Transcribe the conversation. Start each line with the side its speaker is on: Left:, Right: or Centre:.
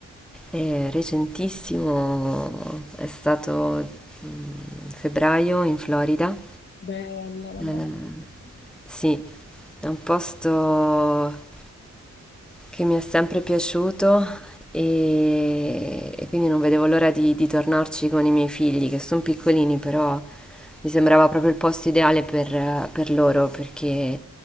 Centre: Eh, recentissimo è stato mm, febbraio in Florida.
Left: Bella, mamma
Centre: Eh,
Left: mia.
Centre: sì, è un posto che mi è sempre piaciuto e, e quindi non vedevo l'ora di, di tornarci con i miei figli, che sono piccolini, però mi sembrava proprio il posto ideale per, eh, per loro, perché